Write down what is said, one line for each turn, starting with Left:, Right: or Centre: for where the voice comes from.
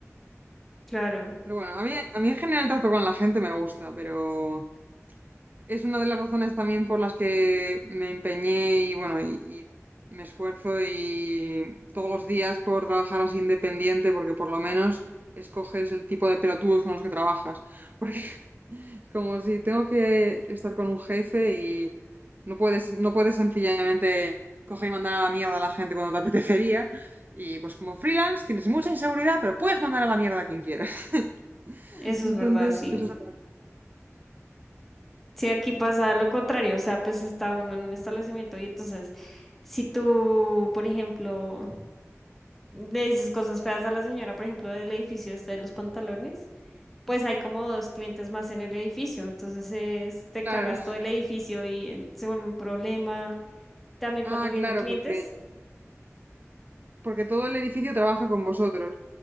Centre: Claro,
Right: Pero bueno, a mí, a mí en general el trato con la gente me gusta, pero es una de las razones también por las que me empeñé y bueno, y, y me esfuerzo y todos los días por trabajar así independiente, porque por lo menos escoges el tipo de pelotudos con los que trabajas. <laughs> Porque es como si tengo que estar con un jefe y no puedes, no puedes sencillamente coger y mandar a la mierda a la gente cuando te apetecería. Y pues como freelance tienes mucha inseguridad, pero puedes mandar a la mierda a quien quieras. <laughs>
Centre: eso
Right: Entonces,
Centre: es verdad, sí.
Right: eso está
Centre: Si aquí pasa lo contrario, o sea, pues está uno en un establecimiento y entonces, si tú, por ejemplo, le dices cosas feas a la señora, por ejemplo, del edificio este de los pantalones, pues hay como dos clientes más en el edificio, entonces es, te
Right: claro.
Centre: cagas todo el edificio y en- se vuelve un problema. También
Right: Ah,
Centre: cuando vienen
Right: claro,
Centre: clientes,
Right: porque, porque todo el edificio trabaja con vosotros.